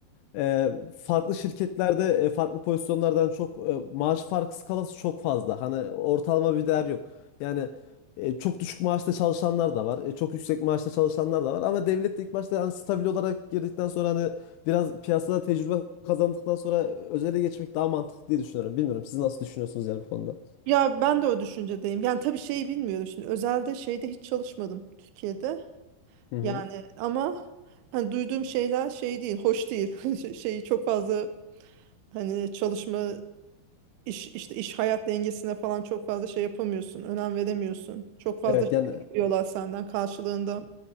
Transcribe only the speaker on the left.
E, farklı şirketlerde e, farklı pozisyonlardan çok e, maaş farkı skalası çok fazla. Hani ortalama bir değer yok. Yani e, çok düşük maaşta çalışanlar da var. e, çok yüksek maaşta çalışanlar da var. Ama devlet de ilk başta yani stabil olarak girdikten sonra hani biraz piyasada tecrübe kazandıktan sonra özele geçmek daha mantıklı diye düşünüyorum. Bilmiyorum siz nasıl düşünüyorsunuz yani bu konuda?
Hı hı.
Evet
yani